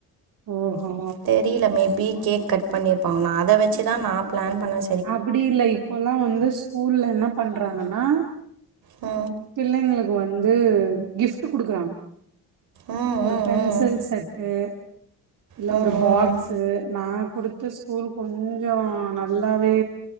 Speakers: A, on the right; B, on the right.
A: ஓஹோ
B: தெரில மேபி கேக் கட் பண்ணிருப்பாங்க நா அத வச்சு தா நா பிளான் பண்ணே
A: அப்டி இல்ல இப்போல்லா வந்து ஸ்கூல்ல என்ன பண்றாங்கன்னா
B: ஆ
A: பிள்ளைங்களுக்கு வந்து கிஃப்ட்டு குடுக்குறாங்க
B: ம்
A: ஒரு பென்சில்
B: ம்
A: செட்டு இல்ல
B: ம்
A: ஒரு பாக்ஸூ நாங்க குடுத்து ஸ்கூல் கொஞ்சோ நல்லாவே